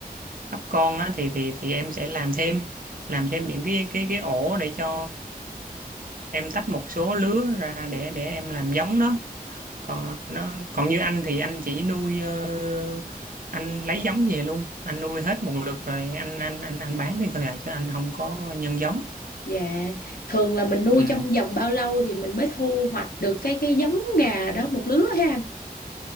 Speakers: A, on the right; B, on the left.
A: ấp con á, thì thì thì em sẽ làm thêm làm thêm những cái cái cái ổ để cho em tách một số lứa ra để để em làm giống nó còn nó còn như anh thì anh chỉ nuôi ờ, anh lấy giống về luôn anh nuôi hết một lượt rồi anh anh anh anh bán đi thôi à chứ anh không có nhân giống
B: Dạ, thường là mình nuôi
A: ừ.
B: trong vòng bao lâu thì mình mới thu hoạch được cái cái giống gà đó một lứa ha anh?